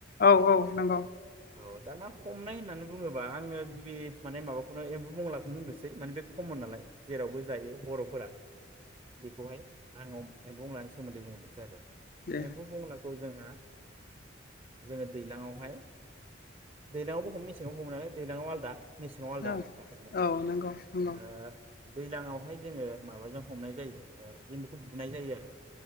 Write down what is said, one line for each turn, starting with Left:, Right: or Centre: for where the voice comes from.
Left: औ औ नंगौ।
Right: औ दाना हमनाय होननानै बुङोबा आङो गिबि माने माबाखौनो एम्बौ मंलाखौनो बुंदोंसै माने बे कमन नालाय जेरावबो जायो बर'फोरा बेखौहाय आं एम्बौ मंलानि सोमोन्दै बुंहरोसै आरो।
Left: दे
Right: एम्बु बंलाखौ जोंहा जोङो दैलांङावहाय दैलांङावबो हमो मेसेङाव हमो नालाय दैलांङाव आलदा मेसेङाव आलादा
Left: औ
Right: आरो नोंथां हमनाया
Left: औ नंगौ नंगौ
Right: ओ दैलांवहाय जोङो माबाजों हमनाय जायो ओ एम्बुखौ बुनाय जायो आरो